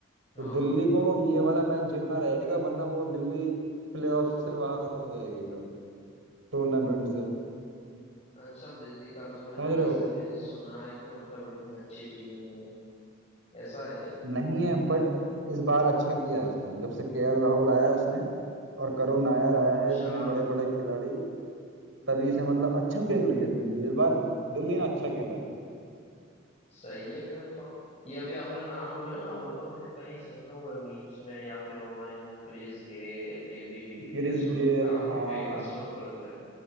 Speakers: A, on the left; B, on the right.
A: हाँ
B: तो दिल्ली को ये वाला मैच जीतना रहेगा वरना वो दिल्ली प्लेऑफ से बाहर हो जाएगी फिर टूर्नामेंट से
A: अच्छा दिल्ली का तो मैंने
B: समझ
A: वैसे
B: रहे हो
A: भी सुना है कि मतलब इतनी अच्छी टीम नहीं है ऐसा है क्या
B: नहीं है बट इस बार अच्छा किया है उसने जब से केएल राहुल आया है उसने और करुण नायर आया
A: अच्छा
B: है इतने बड़े बड़े खिलाड़ी तभी से मतलब अच्छा खेल रही है दिल्ली इस बार दिल्ली ने अच्छा खेला है
A: सही है फिर तो ये अभी आपने नाम बोले ना वो तो मैंने कहीं सुने हुए मीम्स में या फिर ऑनलाइन वो क्रिस गेल एबी डिविलियर्स
B: क्रिस
A: वो लोग
B: गेल
A: काफी
B: हाँ
A: फेमस लोग लग रहे हैं